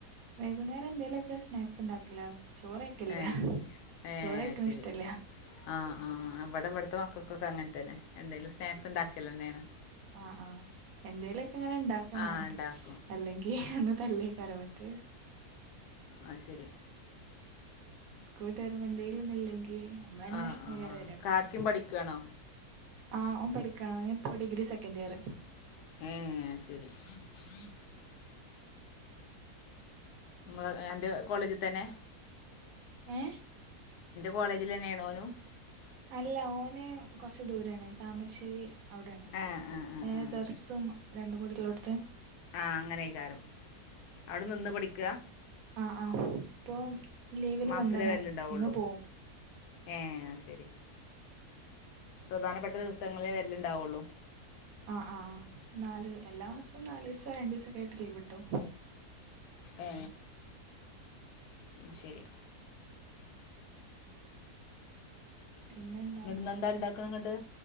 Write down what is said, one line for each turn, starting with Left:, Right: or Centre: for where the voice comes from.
Right: വൈകുന്നേരം എന്തേലൊക്കെ സ്നാക്സ്ണ്ടാക്കല ചോറയ്ക്കല്ല
Left: ഏ ഏ
Right: ചോറയ്ക്കണെ
Left: ശരി
Right: ഇഷ്ടല്ല
Left: ആ ആ ഇവിടെ ഇവിടുത്തെ മക്കൾക്കൊക്കെ അങ്ങൻ തന്നെ എന്തേലും സ്നാക്സ് ണ്ടാക്കല്ലന്നെണ്
Right: ആ ആ എന്തേലുക്കെ ങ്ങനെ ണ്ടാക്കണോം
Left: ആ ഉണ്ടാക്കും
Right: എല്ലെങ്കി അന്ന് തല്ലേക്കാരും മറ്റേ
Left: അ ശരി
Right: സ്കൂൾട്ട് രുമ്പോന്തേലൊന്നില്ലെങ്കി മ്മളെന്നെ
Left: ആ
Right: വെഷന്
Left: ആ
Right: വരെകാര അപ്പൊ
Left: കാക്കിയും പഠിക്കുവാണോ
Right: ആഹ് ഓൻ പഠിക്കണോ ഓനിപ്പോ ഡിഗ്രി സെക്കൻഡിയർ
Left: <inaudible> ങ്ങള് അന്റെ കോളേജി തന്നെ
Right: ഏ
Left: കോളേജിലെന്നെണോനും
Right: അല്ല ഓന് കൊർച്ച്‌ ദൂരാണ് താമരശ്ശേരി അവിടെയാണ്
Left: ആ ആ ആ
Right: ഏ
Left: ആ
Right: ദർസും രണ്ടും കുടിള്ളോട്ത്ത്
Left: ആഹ അങ്ങനെകാരം അവ്ടെ നിന്ന് പഠിക്കാ
Right: ആഹ ആ ഇപ്പൊ ലീവിന്
Left: മാസത്തിലേ
Right: വന്ന്ണ്
Left: വരലുണ്ടാവുള്ളൂ
Right: ഇപ്പൊ പോവും
Left: ഏ ശരി പ്രധാനപ്പെട്ട ദിവസങ്ങളിലേ വരലുണ്ടാവുള്ളു
Right: ആഹ നാല് എല്ലാ മാസും നാലീസോ രണ്ടു ദിവസൊക്കെ ആയിട്ട് ലീവ് കിട്ടും
Left: ഏ ഉ ശരി
Right: പിന്നെന്താ
Left: ഇന്നെന്താ ണ്ടാക്കണ് ഇങ്ങട്ട്